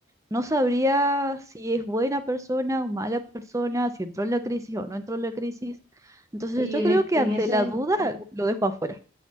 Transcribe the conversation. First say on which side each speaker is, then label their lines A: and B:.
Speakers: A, on the right (about 15°); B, on the right (about 70°).
A: No sabría si es buena persona o mala persona, si entró en la crisis o no entró en la crisis. Entonces
B: Sí,
A: yo
B: en,
A: creo
B: es-
A: que
B: en
A: ante
B: ese.
A: la duda lo dejo afuera.